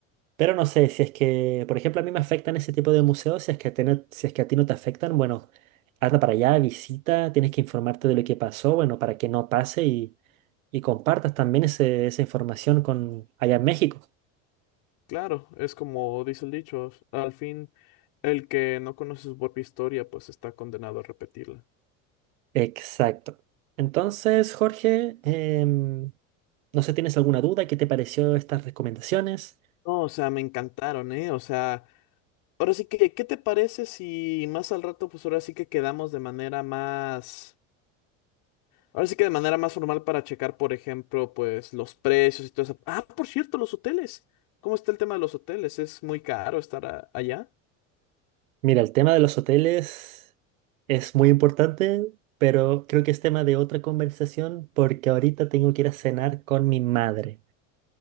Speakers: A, on the right (about 85°); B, on the left (about 65°).
A: Pero no sé, si es que, por ejemplo, a mí me afectan ese tipo de museos, si es que a ti no, si es que a ti no te afectan, bueno, anda para allá, visita, tienes que informarte de lo que pasó, bueno, para que no pase y, y compartas también ese- esa información con allá en México.
B: Claro, es como dice el dicho, al fin el que no conoce su propia historia, pues está condenado a repetirla.
A: Exacto. Entonces, Jorge, em, no sé, ¿tienes alguna duda? ¿Qué te pareció estas recomendaciones?
B: No, o sea, me encantaron, ¿eh? O sea, ahora sí que, ¿qué te parece si más al rato, pues ahora sí que quedamos de manera más, ahora sí que de manera más formal para checar, por ejemplo, pues los precios y todo eso. Ah, por cierto, los hoteles. ¿Cómo está el tema de los hoteles? ¿Es muy caro estar a- allá?
A: Mira, el tema de los hoteles es muy importante, pero creo que es tema de otra conversación porque ahorita tengo que ir a cenar con mi madre.